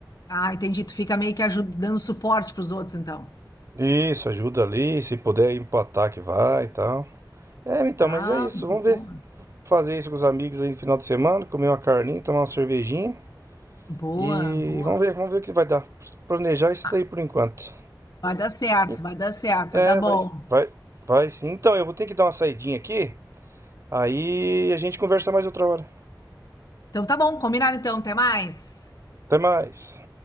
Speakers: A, on the left; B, on the right.
A: Ah, entendi. Tu fica meio que ajudando, dando suporte pros outros, então.
B: Isso, ajuda ali, se puder ir pro ataque vai e tal. É, então,
A: Ah,
B: mas é isso, vamos
A: boa.
B: ver. Fazer isso com os amigos aí no final de semana, comer uma carninha, tomar uma cervejinha
A: Boa,
B: e
A: boa.
B: vamos ver, vamos ver o que vai dar. Planejar isso
A: Ah,
B: daí por enquanto.
A: vai dar certo,
B: E-
A: vai dar certo,
B: É,
A: vai dar bom.
B: vai, vai, vai sim. Então, eu vou ter que dar uma saidinha aqui, aí a gente conversa mais outra hora.
A: Então tá bom, combinado então, até mais.
B: Até mais.